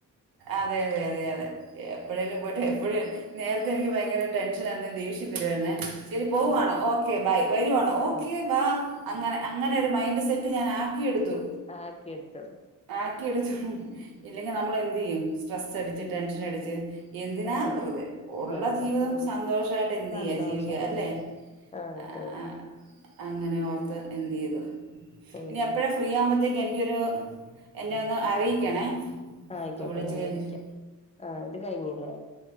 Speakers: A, on the right (about 80°); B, on the left (about 20°).
A: അതെ അതെ അതെ അതെ എപ്പഴേലും പോട്ടെ എപ്പഴും നേരത്തെ എനിക്ക് ഭയങ്കര ടെൻഷനായിരുന്നു ദേഷ്യം വരുവായിരുന്നേ ശരി പോവാണോ
B: ആഹ്
A: ഓക്കെ ബൈ വരുവാണോ ഓക്കെ
B: ആഹ്
A: ബാ അങ്ങനെ അങ്ങനെ ഒരു മൈൻഡ് സെ- റ്റ് ഞാനാക്കിയെടുത്തു
B: ആക്കിയെടുത്തു
A: ആക്കിയെടുത്തു ഇല്ലെങ്കി നമ്മളെന്ത് ചെയ്യും സ്ട്രെസ്സടിച്ച്
B: ഉം
A: ടെൻഷനടിച്ച് എന്തിനാ
B: ആഹ്
A: വെറുതെ ഉള്ള
B: വെറുതെ
A: ജീവിതം
B: നമുക്ക്
A: സന്തോഷായിട്ടെന്തെയ്യാ
B: സന്തോഷായിട്ട്
A: ജീവിക്കാ ല്ലെ
B: വേണം ആഹ് അത്രേള്ളൂ
A: ആ ആ അങ്ങനെ ഓർത്ത് എന്ത് ചെയ്തു
B: ആഹ്
A: ഇനി എപ്പോഴാണ്
B: ആ
A: ഫ്രീ ആവുമ്പത്തേക്ക് എനിക്കൊരു എന്നെ ഒന്ന് അറിയിക്കണേ
B: ആയിക്കോട്ടെ
A: ഇപ്പോൾ വിളിച്ച്
B: ഞാൻ
A: കഴിഞ്ഞിട്ട്
B: വിളിക്കാം ആഹ് ഇത് കഴിഞ്ഞിലേ